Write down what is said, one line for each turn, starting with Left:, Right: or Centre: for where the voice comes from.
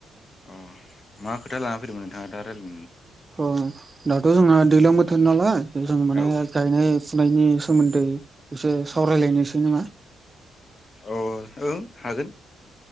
Left: अ मा खोथा लाना फैदोंमोन नोंथाङा दा रा <unintelligible>
Right: अ दाथ' जोंना दैलां बोथोर नालाय जों माने
Left: औ
Right: गायनाय फुनायनि सोमोन्दै एसे सावरायलायनोसै नामा?
Left: अ ओं हागोन।